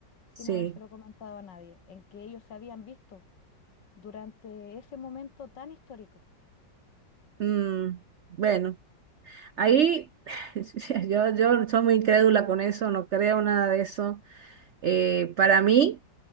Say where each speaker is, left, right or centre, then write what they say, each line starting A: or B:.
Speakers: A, on the left (about 70°); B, on the right (about 80°).
A: sin
B: sí.
A: habérselo comentado a nadie, en que ellos se habían visto durante ese momento tan histórico.
B: Mm, bueno, ahí <laughs> yo, yo soy muy incrédula con eso, no creo nada de eso. Eh, para mí.